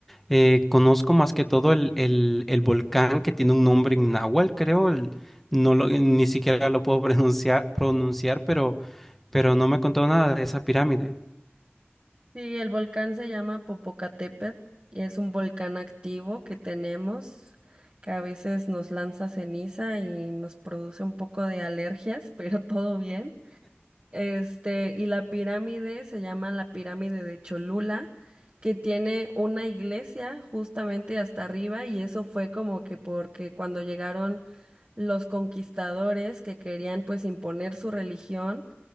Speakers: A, in the centre; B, on the right.
A: eh, conozco más que todo el, el, el volcán que tiene un nombre en náhuatl, creo. el- no lo, ni siquiera lo puedo <laughs> pronunciar, pronunciar, pero, pero no me contó nada de esa pirámide.
B: Sí, el volcán se llama Popocatépetl y es un volcán activo que tenemos, que a veces nos lanza ceniza y nos produce un poco de alergias, <laughs> pero todo bien. Este, y la pirámide se llama la pirámide de Cholula, que tiene una iglesia justamente hasta arriba, y eso fue como que porque cuando llegaron los conquistadores que querían pues imponer su religión,